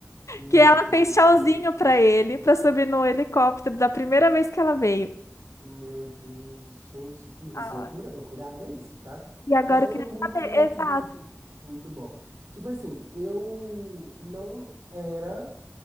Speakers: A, on the right (about 80°); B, on the left (about 80°).
A: Nossa,
B: Que ela fez
A: gente,
B: tchauzinho
A: que doideira.
B: para ele, para subir no helicóptero da primeira vez que ela veio.
A: Meu Deus, gente, que lou-
B: Ah,
A: isso é loucura, loucurada é isso, tá?
B: E agora
A: Mas eu
B: eu queria
A: foi muito,
B: saber,
A: muito,
B: exato.
A: muito, muito bom. Tipo assim, eu não era,